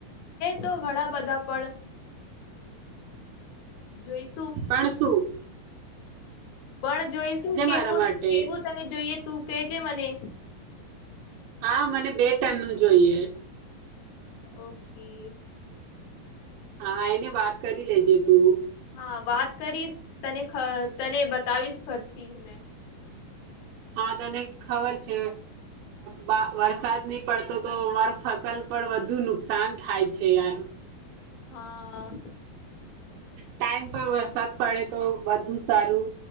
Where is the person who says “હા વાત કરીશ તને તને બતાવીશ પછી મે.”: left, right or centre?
Left